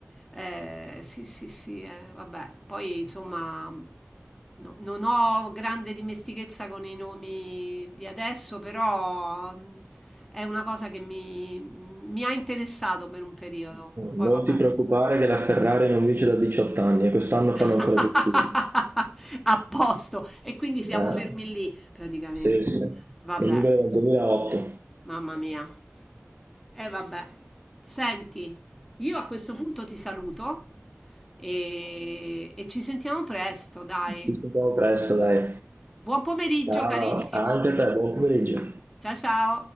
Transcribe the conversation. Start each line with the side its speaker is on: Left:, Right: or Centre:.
Centre: Eh, sì, sì, sì, eh, vabbè. Poi, insomma, no- non ho grande dimestichezza con i nomi di adesso, però mh, è una cosa che mi, mi ha interessato per un periodo. Poi,
Right: Non
Centre: vabbè.
Right: ti preoccupare che la Ferrari non vince da 18 anni e quest'anno
Centre: <laughs>
Right: fanno ancora più schifo.
Centre: A posto. E quindi siamo
Right: Eh,
Centre: fermi lì, praticamente.
Right: sì, sì, non
Centre: Vabbè.
Right: vincono dal 2008.
Centre: Mamma mia. E vabbè. Senti, io a questo punto ti saluto e, e ci sentiamo presto, dai.
Right: Ci sentiamo presto, dai.
Centre: Buon pomeriggio,
Right: Ciao,
Centre: carissimo.
Right: anche a te, buon pomeriggio.
Centre: Ciao ciao.